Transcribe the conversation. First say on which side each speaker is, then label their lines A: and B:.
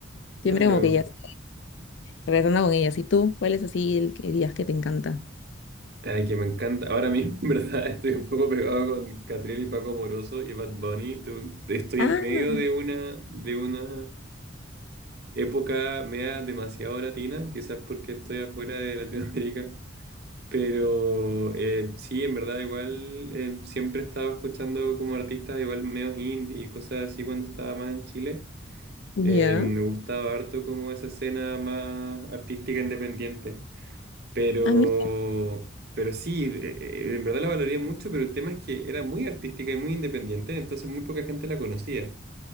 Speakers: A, on the right (about 55°); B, on the left (about 65°).
A: claro.
B: Siempre como que ya sé. Regresando con ellas. ¿Y tú? ¿Cuál es así el que digas que te encanta?
A: Ay, que me encanta. Ahora mismo, <laughs> en verdad, estoy un poco pegado con Catriel y Paco Moroso y Bad Bunny. Tu- Estoy
B: Ah,
A: en medio de una, de una época media demasiado latina, quizás porque estoy afuera de Latinoamérica. Pero eh, sí, en verdad igual eh, siempre he estado escuchando como artistas igual medios indie y cosas así cuando estaba más en Chile.
B: Ya.
A: Eh, me gustaba harto como esa escena más artística independiente. Pero,
B: a mí.
A: pero sí, eh, eh, en verdad la valoré mucho, pero el tema es que era muy artística y muy independiente, entonces muy poca gente la conocía.